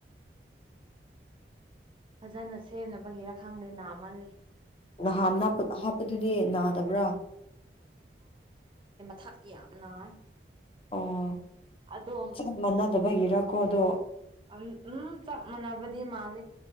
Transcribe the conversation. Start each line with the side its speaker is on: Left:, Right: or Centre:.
Right: ꯐꯖꯅ ꯁꯦꯝꯅꯕꯒꯤꯔꯥ ꯈꯪꯗꯦ ꯅꯥꯃꯜꯂꯤ
Left: ꯅꯍꯥꯟ ꯅꯞꯄ ꯍꯥꯞꯄꯗꯨꯗꯤ ꯅꯥꯗꯕ꯭ꯔꯥ
Right: ꯊꯛꯏ ꯌꯥꯝ ꯅꯥꯏ
Left: ꯑꯣ
Right: ꯑꯗꯣꯝ
Left: ꯆꯞ ꯃꯥꯟꯅꯗꯕꯒꯤꯔꯀꯣ ꯑꯗꯣ
Right: ꯎꯝ ꯆꯞ ꯃꯥꯟꯅꯕꯗꯤ ꯃꯥꯜꯂꯤ